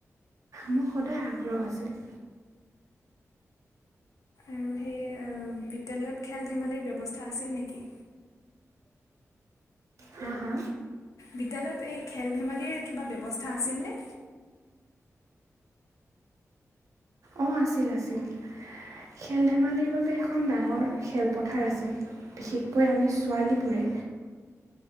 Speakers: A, on the right (about 70°); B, on the left (about 75°).
A: মোৰ সদায় আগ্ৰহ আছিল।
B: আৰু সেই বিদ্যালয়ত খেল ধেমালিৰ ব্যৱস্থা আছিল নেকি?
A: হা হা
B: বিদ্যালয়ত এই খেল ধেমালিৰ কিবা ব্যৱস্থা আছিলনে
A: অ' আছিল আছিল খেল ধেমালিৰ বাবে এখন ডাঙৰ খেলপথাৰ আছিল বিশেষকৈ আমি ছোৱালীবোৰে